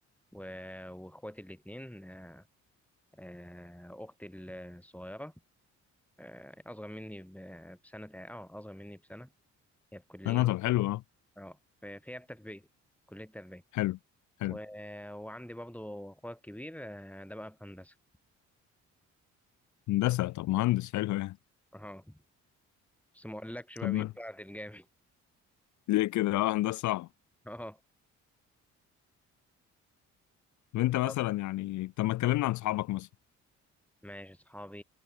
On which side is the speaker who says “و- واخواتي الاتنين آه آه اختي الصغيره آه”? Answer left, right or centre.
Centre